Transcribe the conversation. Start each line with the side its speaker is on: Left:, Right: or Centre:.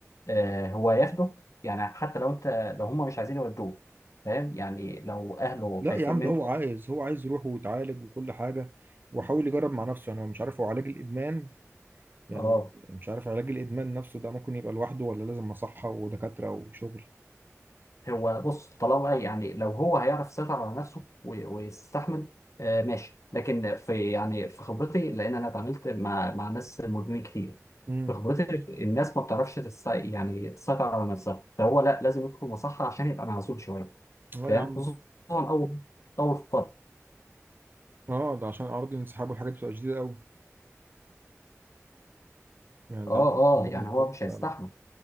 Left: آه، هو هياخده يعني حتى لو انت لو هم مش عايزين يودوه فاهم يعني لو اهله
Right: لا
Left: خايفين
Right: يا عم
Left: منك
Right: ده هو عايز هو عايز يروح ويتعالج وكل حاجة وحاول يجرب مع نفسه يعني هو مش عارف هو علاج الإدمان يعني
Left: اه
Right: مش عارف علاج الإدمان نفسه ده ممكن يبقى لوحده ولا لازم مصحة ودكاترة وشغل
Left: هو بص طالما يعني لو هو هيعرف يسيطر على نفسه و- ويستحمل آه ماشي لكن في يعني في خبرتي لان انا اتعاملت مع مع ناس مدمنين كتير
Right: امم
Left: في خبرتي الناس ما بتعرفش تس- يعني تسيطر على نفسها فهو لا لازم يدخل مصحة عشان يبقى معزول شوية
Right: لا
Left: فاهم
Right: يا عم
Left: خصوصا اول اول فترة
Right: اه ده عشان أعراض الانسحاب والحاجات دي بتبقى شديدة قوي يعني
Left: اه
Right: ده عندك أعراض
Left: اه يعني
Right: الانسحاب
Left: هو مش
Right: بتبقى-
Left: هيستحمل